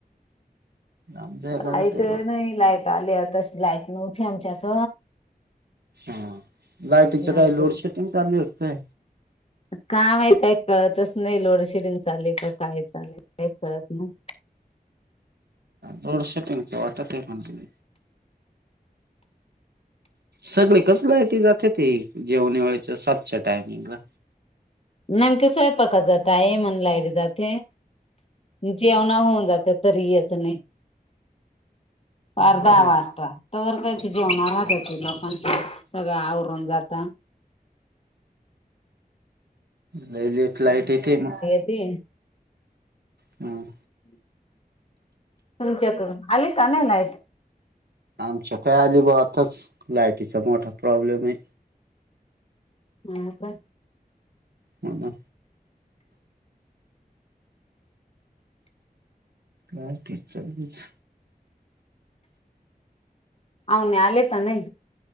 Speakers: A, on the right; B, on the left.
A: लांब जायला
B: लाईट
A: लागत आहे बा
B: नाही लाईट आली तशी लाईट नव्हती आमच्यात.
A: हा लाइटीचं
B: नाही
A: काही लोड शेडिंग चालू होत?
B: काय माहीत कळतच नाही लोडशेडिंग चाले का काय चालय काही कळत नाही.
A: लोडशडिंगच वाटत आहे मला. सगळे कसला आहे त जातेत जेवणा वेळेच्या सातच्या टायमिंगला.
B: नेमकं स्वयंपाकाचा टाईम आणि लाईट जाते. जेवणा होऊन जाते तरी येत नाही आठ,
A: बरं
B: दहा वाजता तवर घरचे जेवण राहत्याती लोकांचे सगळं आवरून जाता
A: नाहीले फ् लाईट येते मग
B: ते
A: हम
B: हम् तमच्याक अली कनलायत
A: आमच्या का अली भावातच लायटीचा मोठा प्रॉब्लेम आहे
B: हा का
A: हो ना ह ठीक चालच
B: अवनी आले का नाही?